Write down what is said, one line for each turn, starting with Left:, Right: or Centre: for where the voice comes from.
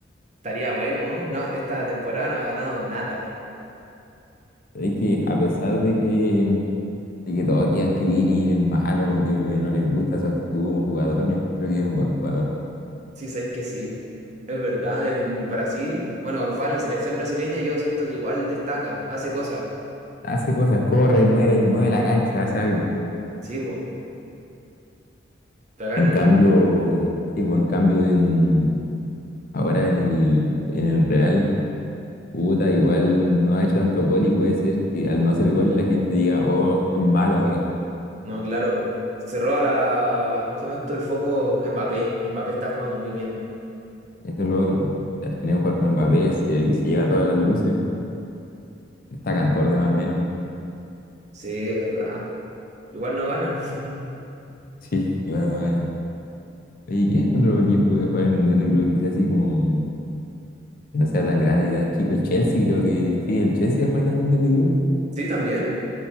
Right: estaría bueno, ¿no? No, esta temporada no ha ganado nada.
Left: ¿Sabéis que a pesar de que, de que todos digan que Vini es malo, que eh, no les gusta su actitud como jugador, yo encuentro que es un buen jugador.
Right: Sí, sabes que sí. Es verdad, en Brasil, bueno, cuando juega en la selección brasileña, yo siento que igual destaca, hace cosas.
Left: Hace cosas, corre, mueve, mueve la cancha, hace algo.
Right: Sí, pues. Pero acá
Left: En
Right: en
Left: cambio,
Right: el...
Left: sí, pues, en cambio en, ahora en el, en el Real, puta, igual no ha hecho tanto gol y puede ser que al no hacer gol la gente diga, oh, es malo ahora.
Right: No, claro, pues. Se roba la. ¿Cómo se llama esto? El foco Mbappé. Mbappé está jugando muy bien.
Left: Eso es lo otro. po. Al tener un jugador como Mbappé se, y se lleva todas las luces, destacan todos los demás menos. <laughs>
Right: Sí, es verdad. Igual no ganan. <laughs>
Left: Sí, y bueno, vale. Oye, ¿qué otro equipo que juega en el Mundial de Clubes que sea así como, mm, que no sea tan grande ni tan chico? El Chelsea creo que, sí, el Chelsea va a jugar también el Mundial de Clubes.
Right: Sí, también.